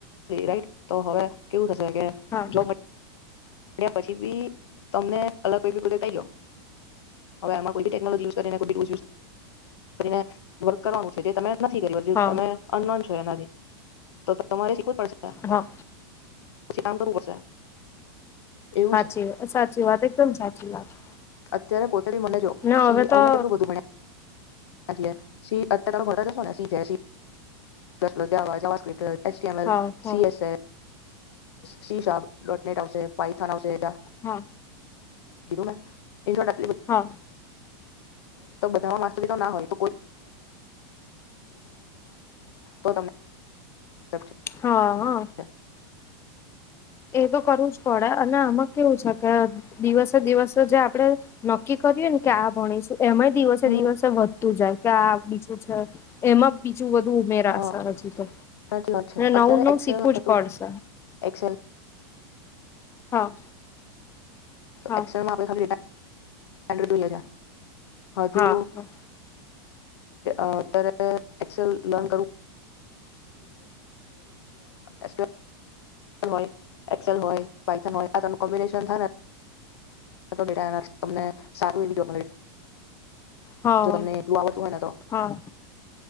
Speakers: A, on the left (about 75°); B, on the left (about 20°).
A: રીટ તો હવે કેવું થ
B: હા
A: જો મ પછી બી તમને અલગ <unintelligible> પ્રે ગયો હવે આમાં કોઈ બી ટેકનોલોજી યુ કરીને વક કરવાનું છે તે તમે નથી કર હ
B: હા
A: તમે એ તો તમા પડ
B: હા
A: પછી કામ કરવું પડશે એવું
B: સાાચી
A: છે
B: વા સાચી વાત એકદમ સાચી વાત
A: અત્યારે પોતે ખાલી મનેજો
B: ને
A: સી
B: હવે તો
A: અમે કેટલું બધું ભણ્યા <inaudible> એચટીએમએલ
B: હા હા
A: સીએસએસ શી શાર્પ ડોટનેટ? આવશે પાયથન આવશે.
B: હા
A: <unintelligible> <unintelligible> <unintelligible> તો
B: હા
A: બધામાં માસ્ટરી તો ના હોયે તો <inaudible>
B: હા અ
A: છે
B: એ તો કરવું જ પડે અને આમાં કેવું છે કે દિવસે દિવસે જે આપડે નક્કી કરય ને કે આ ભણી એમાંય દિવસે
A: હમ
B: દિવસે વધતું જાય ક્યાં બીજું છે. એમાં બીજું બધું ઉમેરાશે
A: હા
B: હજુ તો
A: સાચી વાત છે
B: નવું
A: અત્યારે
B: નવ
A: એક્સેલ
B: શીખવું જ
A: હતું
B: પડશે.
A: એક્સેલ
B: હા.
A: તો.
B: હા
A: <unintelligible> <unintelligible> છે હજુ
B: હા હા.
A: અત્યારે એક્સેલ લર્ન કરવુ એસક્યુએલ હોય એક્સેલ હોય વાયથન હોય આનું કોમ્બિનેશન થાય ને તને સારું એ જો
B: હા
A: તમને એટલું આવડતું હોય ને તો.
B: હા